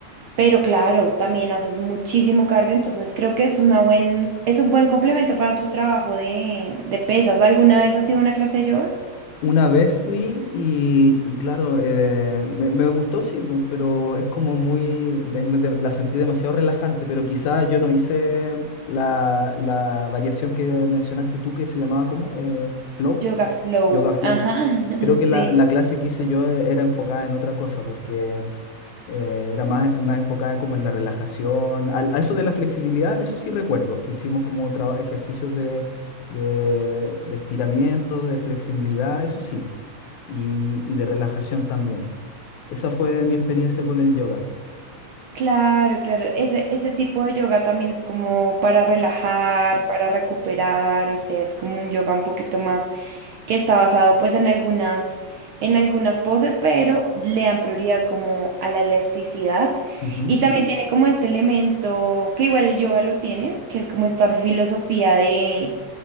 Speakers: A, on the right; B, on the left.
A: Pero claro, también haces muchísimo cardio, entonces creo que es una buen, es un buen complemento para tu trabajo de, de pesas. ¿Alguna vez has sido una clase de yoga?
B: Una vez fui y, y claro, eh, me, me gustó, sí, bu- pero es como muy, de- de- la sentí demasiado relajante, pero quizá yo no hice la, la variación que mencionaste tú que se llamaba como flow,
A: Yoga
B: eh,
A: flow,
B: yoga flow.
A: ajá, <laughs>
B: Creo que
A: sí.
B: la, la clase que hice yo eh, era enfocada en otra cosa, porque eh, era más, más enfocada como en la relajación, al- a eso de la flexibilidad, eso sí recuerdo, que hicimos como traba- ejercicios de, de, de estiramiento, de flexibilidad, eso sí, y, y de relajación también. Esa fue mi experiencia con el yoga.
A: Claro, claro. Ese, ese tipo de yoga también es como para relajar, para recuperar, o sea, es como un yoga un poquito más que está basado pues en algunas, en algunas poses, pero le dan prioridad como a la elasticidad.
B: Ujú.
A: Y también tiene como este elemento, que igual el yoga lo tiene, que es como esta filosofía de,